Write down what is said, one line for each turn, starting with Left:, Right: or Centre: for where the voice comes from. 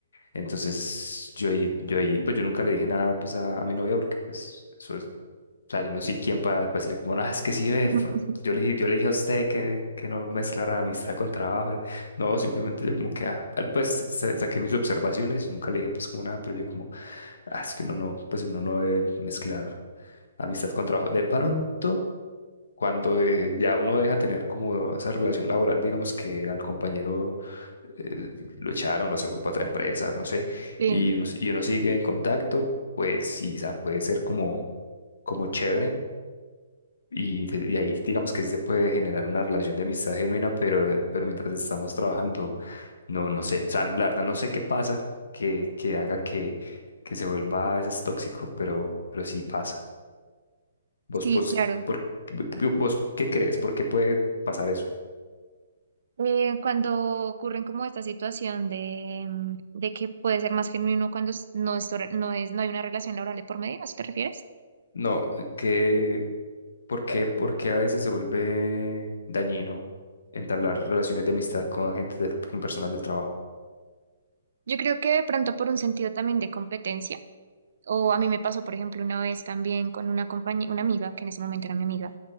Left: Entonces yo ahí, yo ahí, pues yo nunca le dije nada pues a, a mi novia porque pues eso sea, yo no soy quien para después decirle como, ah, es que sí ve,
Right: <laughs>
Left: por- yo le, dije- yo le dije a usted que, que no mezclara amistad con trabajo. eh, No, simplemente yo como que, ah, ah, pues sa- saqué mis observaciones y nunca le dije pues como nada, pero yo como, ah, es que uno no, pues uno no debe mezclar amistad con trabajo. De pronto, cuando eh, ya uno deja tener como esa relación laboral, digamos que al compañero eh, lo echaron o se fue para otra empresa, no sé,
Right: Sí.
Left: y uno, y uno sigue en contacto, pues sí, o sea, puede ser como, como chévere y, de- y ahí digamos que sí se puede generar una relación de amistad genuina, pero, pero mientras estamos trabajando, no, no sé. O sea, la verdad no sé qué pasa que, que haga que, que se vuelva a veces tóxico, pero, pero sí pasa. ¿Vos,
Right: Sí,
Left: vos,
Right: claro.
Left: por, vos qué crees? ¿Por qué puede pasar eso?
Right: Eh, cuando ocurren como esta situación de, mm, de que puede ser más genuino cuando s- no es, hora- no es, no hay una relación laboral de por medio, ¿a eso te refieres?
Left: No, que, ¿por qué, por qué a veces se vuelve dañino entablar relaciones de amistad con gente, del- con personas del trabajo?
Right: Yo creo que de pronto por un sentido también de competencia, o a mí me pasó, por ejemplo, una vez también con una compañía, una amiga, que en ese momento era mi amiga,